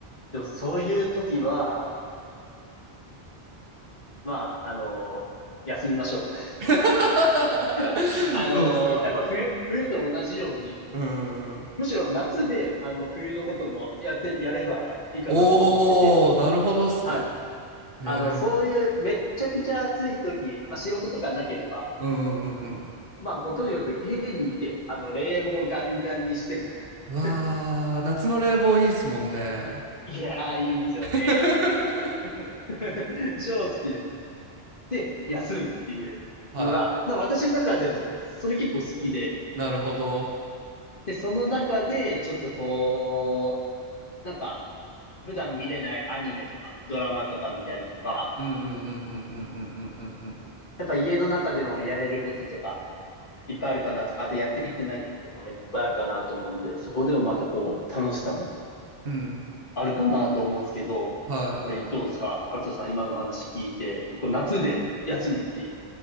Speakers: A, on the left; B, on the right.
A: でもそういう時は、まあ、あの、休みましょう。
B: <laughs>
A: <laughs> あの、
B: そうっすよね。
A: やっぱ冬、冬と同じように、
B: うんん。
A: むしろ夏で、あの、冬のこともやってる、やればいいかなと思ってて、
B: おー、なるほどっすね。
A: はい。
B: へえ。
A: あの、そういうめっちゃくちゃ暑い時、まあ仕事とかなければ、
B: うんうんうんうん。
A: まあもうとにかく家にいて、あの、冷房ガンガンにして、
B: うわー、
A: <laughs>
B: 夏の冷房いいっすもんね。
A: いやー、いいんですよね。
B: <laughs>
A: <laughs> 超好きです。で、休むっていうのが、
B: はい。
A: まあ私の中でもそれ結構好きで、
B: なるほど。
A: で、その中でちょっとこなんか、普段見れないアニメとか、ドラマとか見たりとか、
B: うんうんうんうんうんうんうんうんうん。
A: やっぱ家の中でもやれることとか、いっぱいあるかなとか、あとやっていってないこととかもいっぱいあるかなと思うんで、そこでもまたこう、楽しさも
B: うん
A: あるかなと思うんですけど、
B: はい。
A: これどうですかハルトさん、今の話聞いて、こう夏で休むっていう。